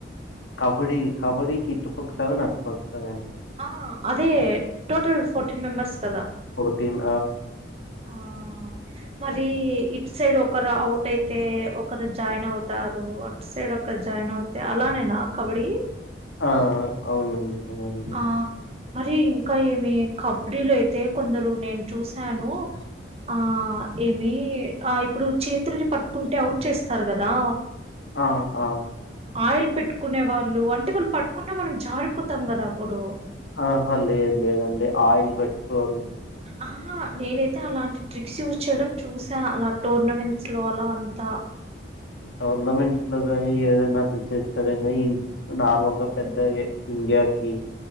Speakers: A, on the left; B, on the right.
A: కబడ్డీ కబడ్డీకి ఇటు పక్క సెవెన్ అటు పక్క సెవెన్
B: ఆ అదే టోటల్ ఫోర్టీన్ మెంబర్స్ కదా
A: ఫోర్టీన్
B: ఆ మరి ఇటు సైడ్ ఒకరు అవుట్ అయితే ఒకరు జాయిన్ అవుతారు అటు సైడ్ ఒకరు జాయిన్ అవుతే అలానేనా కబడ్డీ
A: ఆ అవునండి <unintelligible>
B: ఆ మరి ఇంకా ఏమి కబడ్డీలు అయితే కొందరు నేను చూసాను ఆ ఏమి ఆ ఇప్పుడు చేతుల్ని పట్టుకుంటే అవుట్ చేస్తారు గదా
A: ఆ ఆ
B: ఆయిల్ పెట్టుకునే వాళ్ళు అంటే వాళ్ళు పట్టుకున్న మనం జారిపోతాం కదా ప్పుడు
A: ఆహ లేదు లేదు లేదండి ఆయిల్ పెట్టుకోరు
B: ఆహహా నేనైతే అలాంటి ట్రిక్స్ యూజ్ చేయడం చూసా అలా టోర్నమెంట్స్ లో అలా అంతా
A: టోర్నమెంట్స్ లో కానీ ఏదైనాట్లు చేస్తార ఇ నార్మల్ గా పెద్ద ఇండియాకి